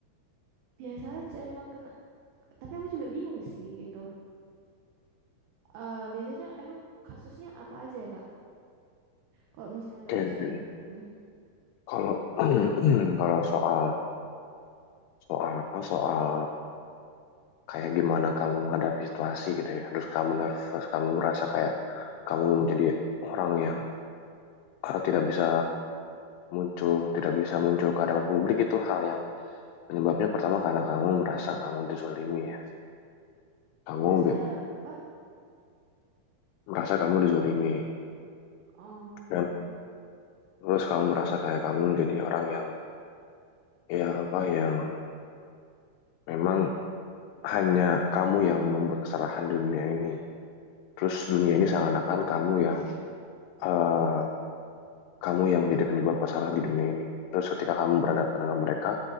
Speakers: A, on the right; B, on the left.
A: biasa aja emang kena tapi aku juga bingung sih gitu Eh biasanya emang kasusnya apa aja ya kak kalau misalnya nggak
B: Oke,
A: percaya
B: oke.
A: diri Hmm,
B: Kalau <clears throat> kalau soal soal apa soal kayak gimana kamu menghadapi situasi gitu ya, terus kamu nervous, kamu merasa kayak kamu menjadi orang yang eh, tidak bisa muncul, tidak bisa muncul ke hadapan publik itu hal yang penyebabnya pertama karena kamu merasa kamu dizolimi ya, kamu
A: karena saya
B: be-
A: apa
B: merasa kamu dizolimi
A: Em,
B: dan terus kamu merasa kayak kamu jadi orang yang ya apa yang memang hanya kamu yang membuat kesalahan di dunia ini. Terus dunia ini seakan-akan kamu yang eh, kamu yang menjadi penyebab masalah di dunia ini. Terus ketika kamu berhadapan dengan mereka,